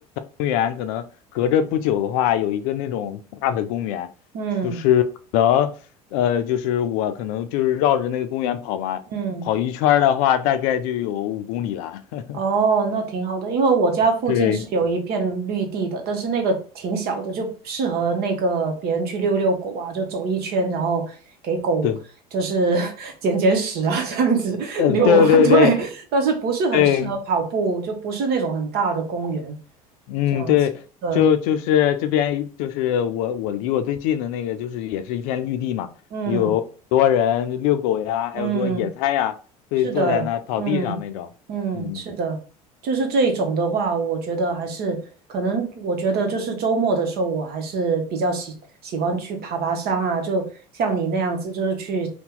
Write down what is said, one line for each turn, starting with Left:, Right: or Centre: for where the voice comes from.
Left: 公园可能隔着不久的话，有一个那种大的公园，
Right: 嗯
Left: 可能呃，就是我可能就是绕着那个公园跑嘛，
Right: 嗯
Left: 跑一圈儿的话，大概就有五公里了。<laughs>
Right: 哦，那挺好的，因为我家附近是有一片绿地的，
Left: 对
Right: 但是那个挺小的，就适合那个别人去遛遛狗啊，就走一圈，然后给狗就是
Left: 对，
Right: <laughs> 捡捡屎啊，这样子 <laughs>
Left: 嗯对对对
Right: 遛啊，<laughs> 对，但是不是很适合跑步，
Left: 对，
Right: 就不是那种很大的公园
Left: 嗯，
Right: 这样子，
Left: 对，
Right: 对，
Left: 就就是这边就是我我离我最近的那个就是也是一片绿地嘛，很
Right: 嗯
Left: 多人遛狗呀，还有说野餐呀，
Right: 嗯。
Left: 会坐在那草地上那种，
Right: 是的，嗯嗯，
Left: 嗯，
Right: 是的，就是这一种的话，我觉得还是可能，我觉得就是周末的时候，我还是比较喜喜欢去爬爬山啊，就像你那样子，就是去